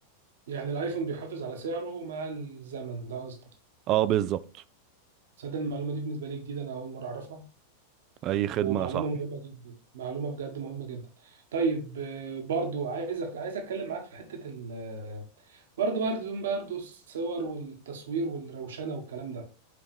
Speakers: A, on the right; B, on the right.
A: يعني الايفون بيحافظ على سعره مع الزمن ده قصدك
B: اه بالظبط
A: تصدق المعلومه دي بالنسبه لي جديده انا اول مره اعرفها
B: أي خدمة
A: ومعلومه
B: يا صاحبي
A: مهمه جدا معلومه بجد مهمه جدا طيب آه، برضو عايزك عايز اتكلم معاك في حته ال برضه برضه برضه الصور والتصوير والروشنة والكلام ده